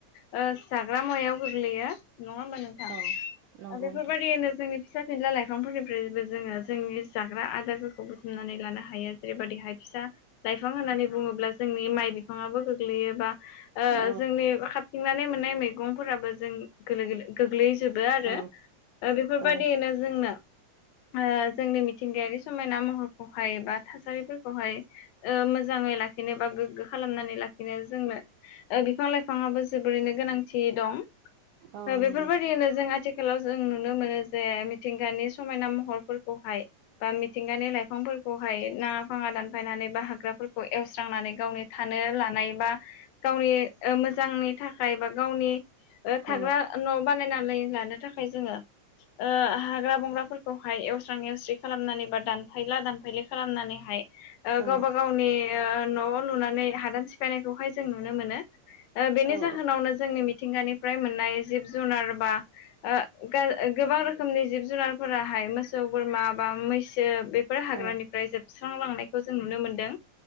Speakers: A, on the left; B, on the right.
A: ओ जाग्रा मुवायाव गोग्लैयो नङा होमबा नोंथां।
B: औ नंगौ
A: ओ बेफोरबायदियैनो
B: नोंथां
A: जोंनि फिसा फिनला लाइफांफोरनिफ्रायबो जोङो जोंनि जाग्रा आदारफोरखौ बुथुमनानै लानो हायो। जेरैबायदिहाय फिसा लाइफां होननानै बुङोब्ला जोंनि माइ बि गोग्लैयोबा ओ
B: औ
A: जोंनि खाबथिंनानै मोननाय मैगंफोराबो जों गोलो-गोलो-गोग्लैजोबो आरो।
B: औ
A: ओ बेफोरबादियैनो
B: औ
A: जोंनो ओ जोंनि मिथिंगायारि समायना महरखौहाय बा थासारिफोरखौहाय ओ मोजाङै ला खिनो बा गोग्गो खालामनानै लाखिनो जोंनो ओ बिफां लाइफाङाबो जोबोरैनो गोनांथि दं।
B: औ
A: ओ
B: नंगौ
A: बेफोरबायदिनो जों आथिखालाव जों नुनो मोनो जे मिथिंगानि समायना महरफोरखौहाय बा मिथिंगानि लाइफांफोरखौहाय नाङा फाङा दानफायनानै बा हाग्राफोरखौ एवस्रांनानै गाव थानो लानाय बा गावनि ओ मोजांनि थाखाय बा गावनि ओ
B: औ
A: थाग्रा न' बानायनानै लानो थाखाय जोङो ओ हाग्रा बंग्राफोरखौहाय एवस्रां एवस्रि खालामनानै बा दानफायला दानफायलि खालामनानैहाय ओ
B: औ
A: गावबा गावनि ओ न'आव लुनानै हादान सिफायनायखौहाय जों नुनो मोनो। ओ बेनि
B: औ
A: जाहोनावनो जोंनि मिथिंगानिफ्राय मोननाय जिब जुनार बा ओ गा-गोबां रोखोमनि जिब जुनारफोराहाय मोसौ बोरमा बा मैसो बेफोर हाग्रानिफ्राय
B: औ
A: जोबस्रांलांनायखौ जों नुनो मोनदों।